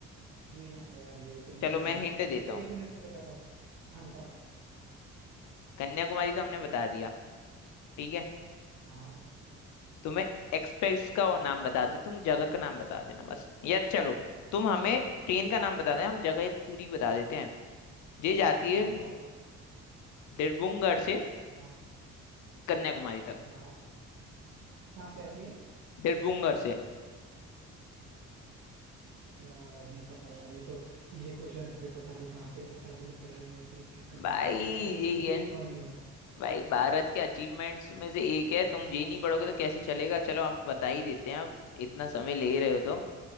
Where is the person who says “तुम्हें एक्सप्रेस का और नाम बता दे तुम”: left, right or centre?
Left